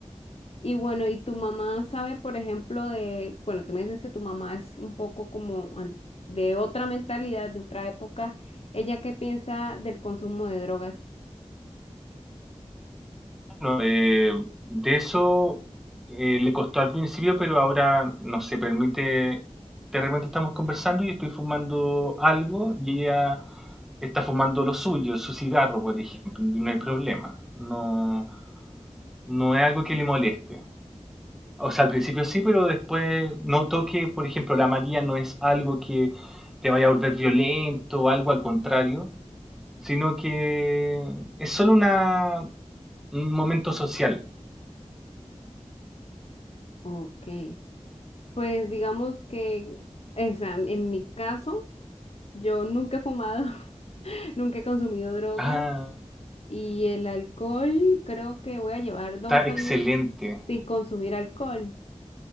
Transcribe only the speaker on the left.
Y bueno, ¿y tu mamá sabe, por ejemplo, de, bueno, tú me dices que tu mamá es un poco como an- de otra mentalidad, de otra época. ¿Ella qué piensa del consumo de drogas?
Ok. Pues digamos que esa, en mi caso, yo nunca he fumado, <laughs> nunca he consumido drogas
y el alcohol, creo que voy a llevar
dos
años sin consumir alcohol.